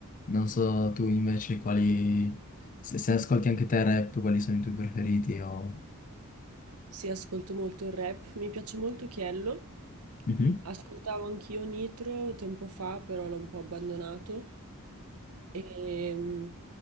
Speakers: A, on the left; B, on the right.
A: Non so tu invece quali, se, se ascolti anche te rap, quali sono i tuoi preferiti o...
B: Sì, ascolto molto il rap, mi piace molto Chiello.
A: Mhm.
B: Ascoltavo anch'io Nitro tempo fa, però l'ho un po' abbandonato. E mm,